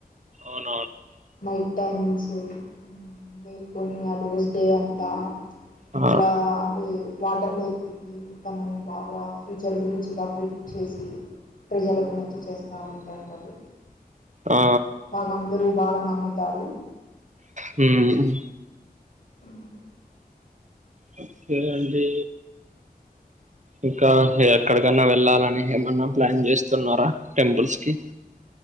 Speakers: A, on the right; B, on the left.
A: అవును
B: నైట్ టైమ్స్ స మెల్కునియాూద బా
A: ఆ
B: ఇలా అంటే వాటర్ లేక్ దిగి తను బాగా ఫ్యూచర్ గురించి బాగా ప్రిడిక్ట్ చేసి ప్రజలకు మంచి చేస్తావుంటంటారు
A: ఆ
B: బాగా అందరుూ మ్ముతారు
A: హ హ్మ్
B: ఉమ్
A: కే <unintelligible> అండి ఇంకా ఎక్కడికన్నా వెళ్ళాలని ఏమన్నా ప్లాన్ చేస్తున్నారా. టెంపుల్స్ కి